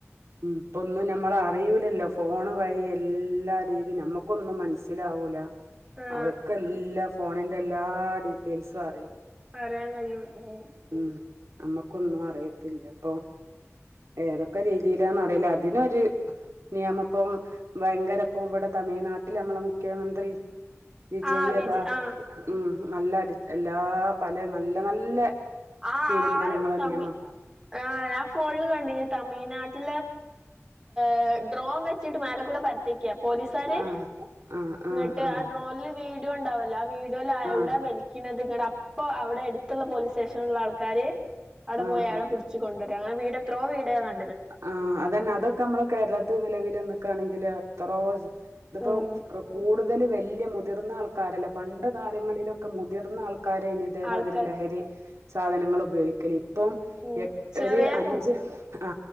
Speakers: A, on the right (about 75°); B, on the right (about 15°).
A: ഉം ഇപ്പൊന്നും നമ്മൾ അറിയില്ലല്ലോ ഫോൺ വഴി എല്ലാ രീതി നമ്മക്കൊന്നും മനസ്സിലാവൂല
B: ആ
A: അവർക്ക് എല്ലാം ഫോണിന്റെ എല്ലാ ഡീറ്റെയിൽസും അറിയും
B: പറയാൻ കഴിയും മ്
A: ഉം നമ്മക്കൊന്നും അറിയത്തില്ല അപ്പൊ ഏതൊക്കെ രീതിയിലാന്ന് അറിയില്ല അതിനൊരു നിയമം ഇപ്പം ഭയങ്കര ഇപ്പം ഇവിടെ തമിഴ്നാട്ടിൽ നമ്മളെ മുഖ്യമന്ത്രി വിജയതാ
B: ആ വിജ് ആ
A: ഉം നല്ല അടി എല്ലാ പല നല്ല നല്ല
B: ആ
A: തീരുമാനങ്ങളും
B: ആ റ് തമ്മിൽ
A: നിയമം
B: ആ ഞാൻ ഫോണിൽ കണ്ട് തമിഴ്നാട് <inaudible> ഡ്രോൺ വെച്ചിട്ട് മാലക്കൂടെ പരത്തിക്കാം. പോലീസാർ ഇങ്ങോട്ട്
A: ആഹ് ആഹ് ആഹ് ആഹ്
B: ആ ഡ്രോണിൽ വീഡിയോ ഉണ്ടാവല്ലോ ആ വീഡിയോയിൽ
A: ആഹ്
B: എവിടെ വലിക്കുന്നത് ഇങ്ങട്ട് അപ്പൊ അവിടെ അടുത്തുള്ള പോലീസ് ശേഷമുള്ള ആൾക്കാർ അവിടെ
A: ആഹ്
B: പോയയാളെ പിടിച്ചു കൊണ്ടുവരാ വീട് എത്രോ വീട് നാ
A: ആ അതന്നെ അതൊക്കെ നമ്മുടെ കേരളത്തിൽ നിലവിൽ വന്നിട്ട് നിൽക്കാണെങ്കിൽ എത്രോസ് ഇതിപ്പോ
B: ഉം
A: കൂടു ഓല് വലിയ മുതിർന്ന ആൾക്കാരല്ലേ പണ്ട് കാലങ്ങളിലൊക്കെ മുതിർന്ന ആൾക്കാ കാല ഇതേമാതിരി
B: ആൾക്കാർ
A: ലഹരി സാധനങ്ങൾ ഉപയോഗിക്കൽ ഇപ്പം
B: ഉം
A: എട്ട്
B: ചെറിയ
A: ഒരു അഞ്ച്
B: കു
A: ആ